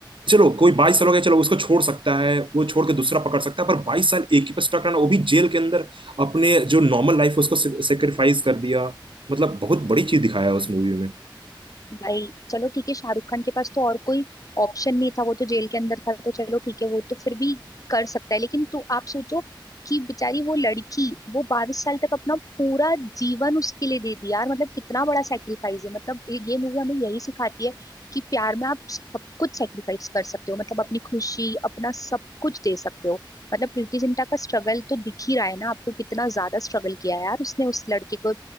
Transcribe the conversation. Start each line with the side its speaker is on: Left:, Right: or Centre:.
Right: चलो कोई 22 साल हो गया चलो उसको छोड़ सकता है वो छोड़ के दूसरा पकड़ सकता है पर 22 साल एक ही पे स्टक रहना वो भी जेल के अंदर अपने जो नॉर्मल लाइफ है उसको सेक्रीफाइस कर दिया मतलब बहुत बड़ी चीज दिखाया है उस मूवी में।
Left: भाई चलो ठीक है शाहरुख खान के पास तो और कोई ऑप्शन नहीं था वो तो जेल के अंदर था तो चलो ठीक है वो तो फिर भी कर सकता है लेकिन तू आप सोचो कि बेचारी वो लड़की वो बाईस साल तक अपना पूरा जीवन उसके लिए दे दी यार मतलब कितना बड़ा सेक्रीफाइस है मतलब ये, ये मूवी हमें यही सिखाती है कि प्यार में आप सब कुछ सेक्रीफाइस कर सकते हो मतलब अपनी खुशी अपना सब कुछ दे सकते हो मतलब प्रीति जिंटा का स्ट्रगल तो दिख ही रहा है ना आपको कितना ज्यादा स्ट्रगल किया है यार उसने उस लड़के को